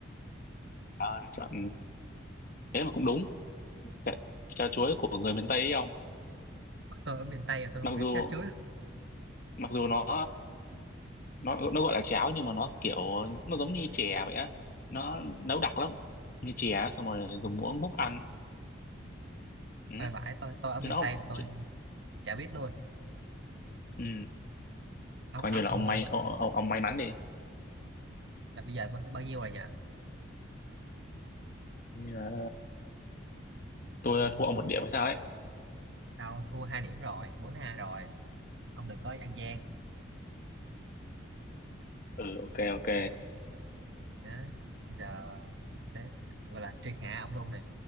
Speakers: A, on the left; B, on the right.
A: à, chọn thế mà cũng đúng, cháo, cháo chuối của người miền Tây ấy ông,
B: tôi ở miền Tây là tôi
A: mặc
B: không biết
A: dù
B: cháo chuối
A: mặc dù nó nó nó gọi là cháo nhưng mà nó kiểu nó giống như chè vậy á, nó nấu đặc lắm, như chè xong rồi dùng muỗng múc ăn, ừ,
B: À, vãi tôi tôi ở
A: chứ
B: miền
A: nó không,
B: Tây mà tôi
A: chứ,
B: chả biết luôn
A: ừ,
B: ông
A: coi
B: ông
A: như là
B: ông
A: ông
B: Vũ
A: may ông, ông, ông may mắn đi,
B: là bây giờ bác sẽ bao nhiêu rồi nhỉ
A: Như là tôi thua ông một điểm hay sao ấy.
B: tao thua hai điểm rồi bốn hai rồi ông đừng có ăn gian
A: ừ ok ok
B: đó bây giờ sẽ gọi là triệt hạ ông luôn này